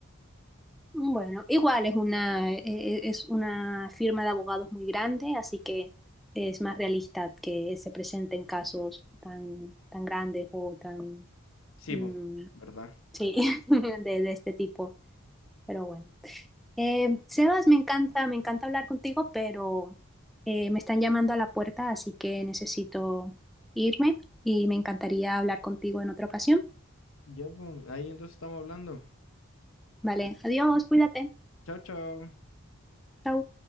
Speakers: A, in the centre; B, on the left.
A: Bueno, igual es una, eh, eh, es una firma de abogados muy grande, así que es más realista que se presenten casos tan, tan grandes o tan,
B: Sí,
A: mm,
B: pues, ¿verdad?
A: sí, <laughs> de, de este tipo. Pero bueno. Eh, Sebas, me encanta, me encanta hablar contigo, pero eh, me están llamando a la puerta, así que necesito irme y me encantaría hablar contigo en otra ocasión.
B: Ya, pues, ahí entonces estamos hablando.
A: Vale, adiós, cuídate.
B: Chao, chao.
A: Chao.